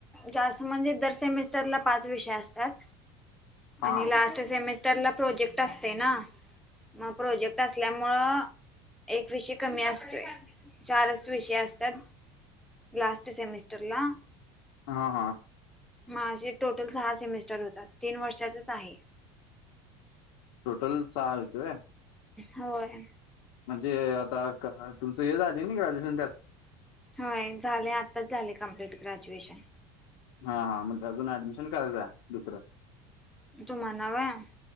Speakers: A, in the centre; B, on the left.
A: जास्त म्हणजे दर सेमिस्टरला पाच विषय असतात
B: हा
A: आणि ला स्ट सेमिस्टर ला प्रोजेक्ट असते ना म प्रोजेक्ट असल्यामुळं एक विषय कमी असतोय चारच विषय असत्यात. लास्ट सेमिस्टरला
B: हा हा
A: माझी टोटल सहा सेमिस्टर होतात तीन वर्षाचच आहे.
B: टोटल सहा होते व्हय.
A: होय.
B: म्हणजे आता तुमचं हे झाली ना ग्रॅज्युएशन त्यात
A: होय झाले आताच झाले कंप्लीट ग्रॅज्युएशन
B: हा हा मग अजून ऍडमिशन करायचं दुसरं
A: तुम्हाला व्हय